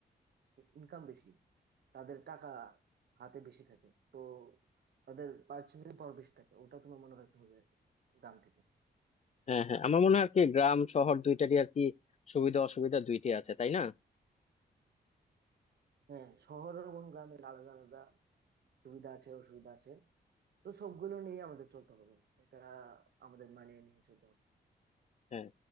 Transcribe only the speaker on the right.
ইনকাম বেশি তাদের টাকা হাতে বেশি থাকে তো তাদের পার্চেসিং পাওয়ার বেশি থাকে ওটা তোমার মনে রাখতে হবে গ্রাম থেকে
হ্যাঁ শহর এবং গ্রামের আলাদা আলাদা সুবিধা আছে অসুবিধা আছে তো সবগুলো নিয়ে আমাদের চলতে হবে এটা আমাদের মানিয়ে নিয়ে চলতে হবে